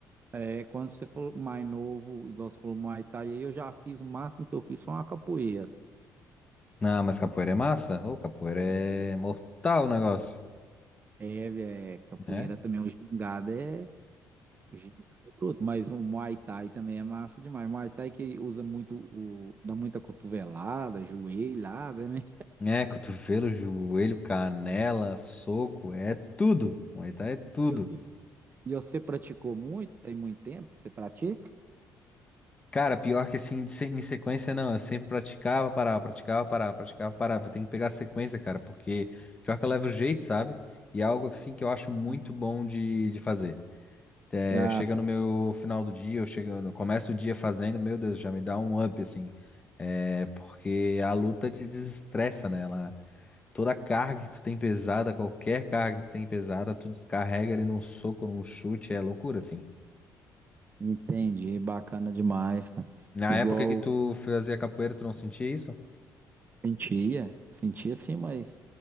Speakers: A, on the right; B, on the left.
A: É quando você falou mais novo, igual você falou Muay Thai, aí eu já fiz o máximo que eu fiz foi uma capoeira.
B: Ah, mas capoeira é massa? Ô, capoeira é
A: Capoeira.
B: mortal o negócio,
A: É, é capoeira
B: né?
A: também, o gingado é, o gingado é bruto, mas o Muay Thai também é massa demais. Muay Thai que usa muito, o, dá muita cotovelada, joelhada, né?
B: É, cotovelo, joelho, canela, soco, é tudo. Muay Thai é tudo.
A: E você, e você praticou muito? Tem muito tempo que você pratica?
B: Cara, pior que assim, de se- em sequência não, eu sempre praticava, parava, praticava, parava, praticava, parava. Eu tenho que pegar a sequência, cara, porque pior que eu levo jeito, sabe? E é algo assim que eu acho muito
A: Uhum.
B: bom de, de fazer. É,
A: Ah,
B: chega
A: tá.
B: no meu final do dia, eu chego, eu começo o dia fazendo, meu Deus, já me dá um up, assim. É, porque a luta te desestressa, né? Ela, toda a carga que tu tem pesada, qualquer carga que tu tem pesada, tu descarrega ele num soco, num chute, é loucura, assim.
A: Entendi, bacana demais. tá?
B: Na
A: Igual
B: época que tu fazia capoeira, tu não sentia isso?
A: sentia, sentia sim, mas